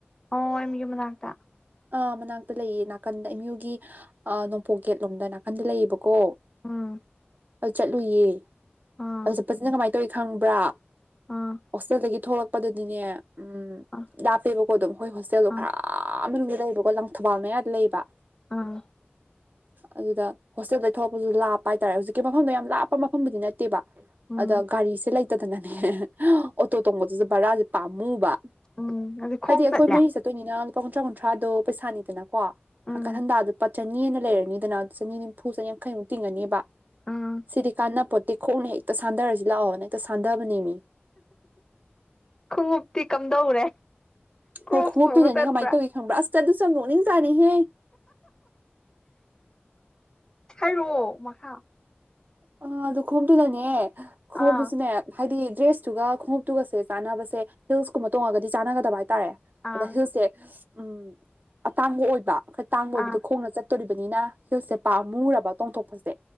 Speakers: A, on the left; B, on the right.
A: ꯑꯣ ꯑꯩꯒꯤ ꯃꯅꯥꯛꯇ
B: ꯑ ꯃꯅꯥꯛꯇ ꯂꯩꯌꯦ ꯅꯥꯀꯟꯗ ꯏꯌꯨꯒꯤ ꯑ ꯅꯣꯡꯄꯣꯛ ꯒꯦꯠꯂꯣꯝꯗ ꯅꯥꯀꯟꯗ ꯂꯩꯌꯦꯕꯀꯣ ꯀꯣ
A: ꯎꯝ
B: ꯑ ꯆꯠꯂꯨꯌꯦ
A: ꯑꯥ
B: ꯑꯗ ꯆꯠꯄꯁꯤꯅ ꯀꯃꯥꯏꯅ ꯇꯧꯋꯤ ꯈꯪꯕ꯭ꯔꯥ
A: ꯑꯥ
B: ꯍꯣꯁꯇꯦꯜꯗꯒꯤ ꯊꯣꯛꯂꯛꯄꯗꯗꯤꯅꯦ ꯎꯝ
A: ꯑꯥ
B: ꯂꯥꯞꯄꯦꯕꯀꯣ ꯑꯗꯨꯝ ꯑꯩꯈꯣꯏ ꯍꯣꯁꯇꯦꯜꯗꯣ
A: ꯑꯥ
B: ꯈꯔ ꯃꯅꯨꯡꯗ ꯂꯩꯕꯀꯣ ꯂꯪ ꯊꯧꯕꯥꯜ ꯃꯌꯥꯗ ꯂꯩꯕ
A: ꯑꯥ
B: ꯑꯗꯨꯗ ꯍꯣꯁꯇꯦꯜꯗ ꯊꯣꯛꯂꯛꯄꯁꯨ ꯂꯥꯞꯄ ꯍꯥꯏꯇꯥꯔꯦ ꯍꯧꯖꯤꯛꯀꯤ ꯃꯐꯝꯗ ꯌꯥꯝ ꯂꯥꯞꯄ ꯃꯐꯝꯕꯨꯗꯤ ꯅꯠꯇꯦꯕ
A: ꯎꯝ
B: ꯑꯗ ꯒꯥꯔꯤꯁꯦ ꯂꯩꯇꯗꯅꯅꯦ ꯑꯣꯇꯣ ꯇꯣꯡꯕꯗꯨꯁꯨ ꯕꯔꯥꯁꯦ ꯄꯥꯝꯃꯨꯕ
A: ꯎꯝ ꯑꯗꯨ ꯈꯣꯡ
B: ꯍꯥꯏꯗꯤ ꯑꯩꯈꯣꯏ
A: ꯆꯠꯂꯦ
B: ꯃꯔꯤ ꯆꯠꯇꯣꯏꯅꯤꯅ ꯂꯨꯄꯥ ꯀꯨꯟꯊ꯭ꯔꯥ ꯀꯨꯟꯊ꯭ꯔꯥꯗꯣ ꯄꯩꯁꯥꯅꯤꯗꯅ ꯀꯣ ꯍꯪꯀꯠ
A: ꯎꯝ
B: ꯍꯟꯇꯥ ꯂꯨꯄꯥ ꯆꯅꯤꯑꯅ ꯂꯩꯔꯅꯤꯗꯅ ꯆꯅꯤ ꯅꯤꯝꯐꯨ ꯆꯅꯤ ꯌꯥꯡꯈꯩꯃꯨꯛ ꯇꯤꯡꯒꯅꯤꯕ
A: ꯎꯝ
B: ꯁꯤꯗꯤ ꯀꯥꯟꯅꯄꯣꯠꯇꯦ ꯈꯣꯡꯅ ꯍꯦꯛꯇꯣ ꯁꯥꯟꯊꯔꯁꯤ ꯂꯥꯛꯑꯣꯅꯦ ꯑꯦꯛꯇꯣ ꯁꯥꯟꯊꯕꯅꯦ ꯃꯤ
A: ꯈꯣꯡꯎꯞꯇꯤ ꯀꯝꯗꯧꯔꯦ ꯀ꯭ꯔꯣꯞꯁ
B: ꯍꯣꯏ ꯈꯣꯡꯎꯞꯇꯨꯗꯅꯤ
A: ꯇꯣꯡꯉ ꯆꯠꯄ꯭ꯔꯥ
B: ꯀꯃꯥꯏꯅ ꯇꯧꯏꯤ ꯈꯪꯕ꯭ꯔꯥ ꯑꯁꯇ ꯑꯗꯨꯁꯨ ꯅꯣꯛꯅꯤꯡ ꯆꯥꯅꯤꯍꯦ
A: ꯍꯥꯏꯔꯛꯑꯣ ꯃꯈꯥ
B: ꯑ ꯑꯗꯨ ꯈꯣꯝꯗꯨꯅꯅꯦ ꯈꯣꯝꯗꯨꯁꯨꯅꯦ
A: ꯑꯥ
B: ꯍꯥꯏꯗꯤ ꯗ꯭ꯔꯦꯁꯇꯨꯒ ꯈꯣꯡꯎꯞꯇꯨꯒꯁꯦ ꯆꯥꯅꯕꯁꯦ ꯍꯤꯜꯁꯀꯨꯝꯕ ꯇꯣꯡꯉꯒꯗꯤ ꯆꯥꯟꯅꯒꯗꯕ ꯍꯥꯏꯇꯥꯔꯦ
A: ꯑꯥ
B: ꯑꯗ ꯍꯤꯜꯁꯦ ꯎꯝ ꯑꯇꯥꯡꯕ ꯑꯣꯏꯕ ꯑꯩꯣꯏ ꯇꯥꯡꯕ ꯑꯣꯏꯕꯗꯣ
A: ꯑꯥ
B: ꯈꯣꯡꯅ ꯆꯠꯇꯣꯔꯤꯕꯅꯤꯅ ꯍꯤꯜꯁꯦ ꯄꯥꯝꯃꯨꯔꯕ ꯇꯣꯡꯊꯣꯛꯄꯁꯦ